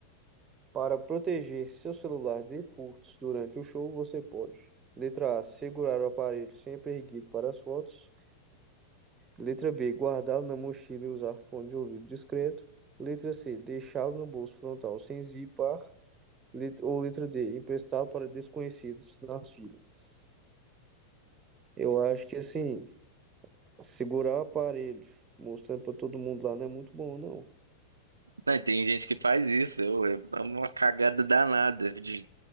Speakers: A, on the right; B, on the right.
A: Para proteger seu celular de furtos durante o show, você pode. Letra A, segurar o aparelho sempre erguido para as fotos. Letra B, guardá-lo na mochila e usar fone de ouvido discreto. Letra C, deixá-lo no bolso frontal sem zipar. Lit- Ou letra D, emprestar para desconhecidos nas filas. Eu acho que assim, segurar o aparelho, mostrando para todo mundo lá, não é muito bom, não.
B: Não, e tem gente que faz isso. Eu, eu- é uma cagada danada. de-